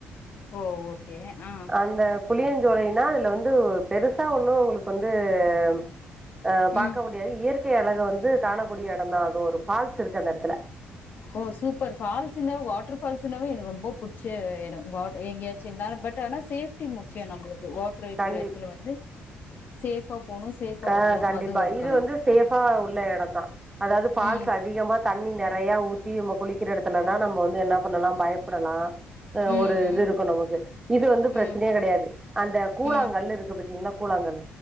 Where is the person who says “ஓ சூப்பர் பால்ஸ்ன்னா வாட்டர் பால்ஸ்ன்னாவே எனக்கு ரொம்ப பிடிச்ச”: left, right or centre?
Left